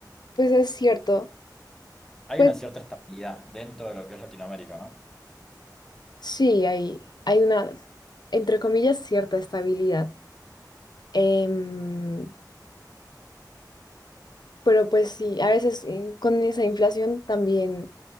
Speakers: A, on the left; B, in the centre.
A: Pues es cierto,
B: Hay
A: pues
B: una cierta estabilidad dentro de lo que es Latinoamérica, ¿no?
A: sí, hay, hay una, entre comillas, cierta estabilidad. Em, pero pues sí, a veces eh, con esa inflación también